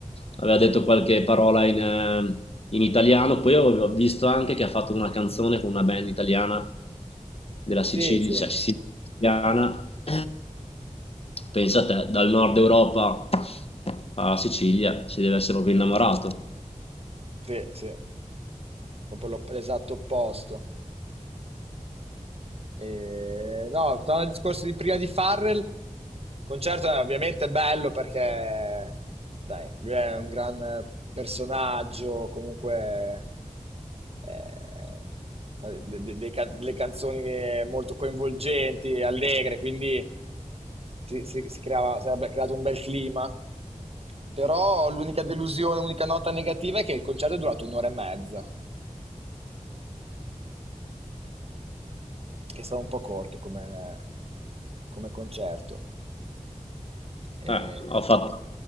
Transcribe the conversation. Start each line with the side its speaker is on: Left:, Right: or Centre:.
Left: aveva detto qualche parola in, eh, in italiano, poi ho visto anche che ha fatto una canzone con una band italiana della Sicilia,
Right: Sì, sì.
Left: cioè siciliana, <clears throat> pensa a te, dal nord Europa alla Sicilia, si deve essere proprio innamorato.
Right: Sì, sì, proprio l'op- l'esatto opposto. E, no, tornando al discorso di prima di Farrell, il concerto è ovviamente bello perché dai, lui è un gran personaggio, comunque eh, fa de- de- dei can- delle canzoni che- molto coinvolgenti, allegre, quindi si, si- si creava, si era creato un bel clima. Però l'unica delusione, l'unica nota negativa è che il concerto è durato un'ora e mezza, che è stato un po' corto come, come concerto. Eh,
Left: Eh, ha fatto,